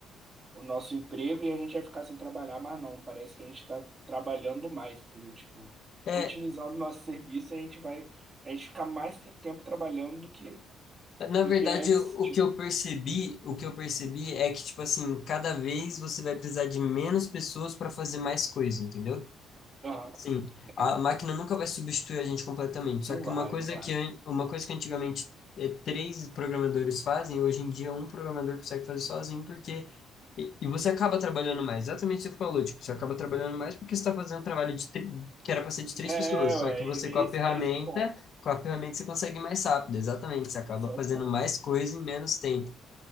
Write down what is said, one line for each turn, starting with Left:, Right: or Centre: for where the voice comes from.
Right: o nosso emprego e a gente vai ficar sem trabalhar, mas não, parece que a gente está trabalhando mais, entendeu? Tipo,
Left: É,
Right: otimizando o nosso serviço, a gente vai, a gente fica mais tra- tempo trabalhando do que,
Left: na
Right: do
Left: verdade,
Right: que antes,
Left: o, o
Right: tipo,
Left: que eu percebi, o que eu percebi é que, tipo assim, cada vez você vai precisar de menos pessoas para fazer mais coisa, entendeu?
Right: aham,
Left: Sim, a
Right: é,
Left: máquina nunca vai substituir a gente completamente. Só
Right: não
Left: que
Right: vai,
Left: uma coisa
Right: não vai.
Left: que, an- uma coisa que antigamente eh, três programadores fazem, hoje em dia um programador consegue fazer sozinho, porque. E, e você acaba trabalhando mais. Exatamente o que você falou, tipo, você acaba trabalhando mais porque você está fazendo um trabalho de, tri- que era para ser de três
Right: É,
Left: pessoas.
Right: ué,
Left: Só que você,
Right: é
Left: com a
Right: esse,
Left: ferramenta,
Right: é esse o ponto,
Left: com a ferramenta você consegue ir mais rápido. Exatamente, você acaba
Right: esse é o
Left: fazendo
Right: ponto.
Left: mais coisa em menos tempo.